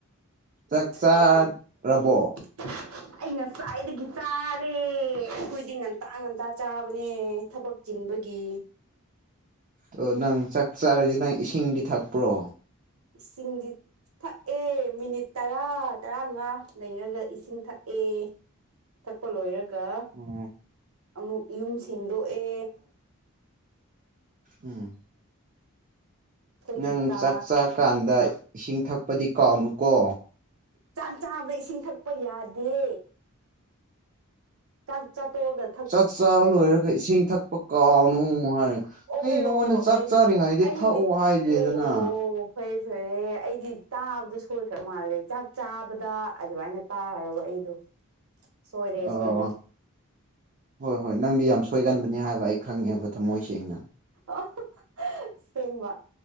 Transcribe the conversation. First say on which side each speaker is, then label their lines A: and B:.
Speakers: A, on the right; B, on the right.
A: ꯆꯥꯛ ꯆꯥꯔꯕꯣ
B: ꯑꯌꯥ <unintelligible> ꯑꯩ ꯉꯁꯥꯏꯗꯒꯤ ꯆꯥꯔꯦ ꯑꯩꯈꯣꯏꯗꯤ ꯉꯟꯇꯥ ꯉꯟꯇꯥ ꯆꯥꯕꯅꯦ ꯊꯕꯛ ꯆꯤꯟꯕꯒꯤ
A: ꯑꯣ ꯑ ꯅꯪ ꯆꯥꯛ ꯆꯥꯔꯤꯁꯤ ꯅꯪ ꯏꯁꯤꯡꯗꯤ ꯊꯛꯄ꯭ꯔꯣ
B: ꯏꯁꯤꯡ ꯂꯤꯠ ꯊꯛꯑꯦ ꯃꯤꯅꯤꯠ ꯇꯔꯥ ꯇꯔꯥꯃꯉꯥ ꯂꯩꯔꯒ ꯏꯁꯤꯡ ꯊꯛꯑꯦ ꯊꯛꯄ ꯂꯣꯏꯔꯒ
A: ꯎꯝ
B: ꯑꯃꯨꯛ ꯌꯨꯝ ꯁꯦꯡꯗꯣꯛꯑꯦ
A: ꯎꯝ
B: ꯑꯩꯈꯣꯏꯒꯤ
A: ꯅꯪ
B: ꯀꯥ
A: ꯆꯥꯛ ꯆꯥꯀꯥꯟꯗ ꯏꯁꯤꯡ ꯊꯛꯄꯗꯤ ꯀꯥꯎꯅꯨꯀꯣ
B: ꯆꯥꯛ ꯆꯥꯕ ꯏꯁꯤꯡ ꯊꯛꯄ ꯌꯥꯗꯦ ꯆꯥꯛ ꯆꯥꯛꯠ ꯍꯒꯦ
A: ꯆꯥꯛ ꯆꯥꯕ ꯂꯣꯏꯔꯒ ꯏꯁꯤꯡ ꯊꯛꯄ ꯀꯥꯎꯅꯨ ꯍꯥꯏꯔ
B: ꯑꯣ
A: ꯑꯩ ꯅꯉꯣꯟꯗ
B: ꯑꯣ
A: ꯆꯥꯛ
B: ꯑꯩ
A: ꯆꯥꯔꯤꯉꯩꯗꯤ
B: ꯑꯩꯗꯤ
A: ꯊꯛꯑꯣ ꯍꯥꯏꯗꯦꯗꯅ
B: ꯑꯣ ꯑꯣ ꯑꯣ ꯐꯔꯦ ꯐꯔꯦ ꯑꯩꯗꯤ ꯇꯥꯕꯗ ꯁꯣꯏꯈ꯭ꯔ ꯃꯥꯜꯂꯦ ꯆꯥꯛ ꯆꯥꯕꯗ ꯑꯗꯨ ꯑꯩꯅ ꯇꯥꯈꯔꯕ ꯑꯩꯗꯣ ꯁꯣꯏꯔꯦ
A: ꯑꯣ
B: ꯁꯣꯏꯔꯦ
A: ꯍꯣꯏ ꯍꯣꯏ ꯅꯪꯗꯤ ꯌꯥꯝ ꯁꯣꯏꯒꯟꯕꯅꯤ ꯍꯥꯏꯕ ꯑꯩ ꯈꯪꯉꯦꯕ ꯊꯝꯃꯣꯏ ꯁꯦꯡꯅ
B: ꯑ ꯁꯦꯡꯕ